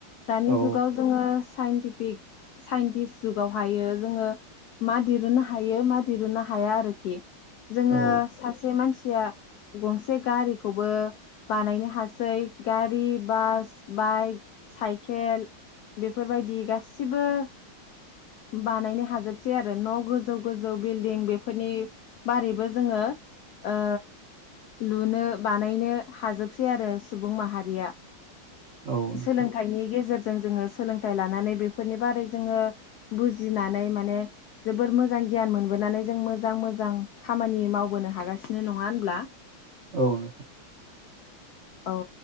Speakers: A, on the left; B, on the right.
A: दानि
B: नोंथां औ
A: जुगाव जोङो साइन्टिफिक साइन्टिस्ट जुगाव हायो जोङो मा दिरुननो हायो मा दिरुननो हाया आरोखि जोङो
B: औ
A: सासे मानसि या गंसे गारिखौबो बानायनो हाजो गासै गारि बास बाइक साइकेल बेफोरबायदि गासिबो बानायनो हाजोबसै आरो न' गोजौ गोजौ बिल्दिं बेफोरनि बारैबो जोङो ओ लुनो बानायनो हाजोबसै आरो। सुबुं माहारिया
B: औ नोंथां
A: सोलोंथाइनि गेजेरजों जोङो सोलोंथाइ लानानै बेफोरनि बारै जोङो बुजिनानै माने जबोर मोजां गियान मोनबोनानै जों मोजां मोजां खामानि मावबोनो हागासिनो नङा होनब्ला?
B: औ नोंथां।
A: औ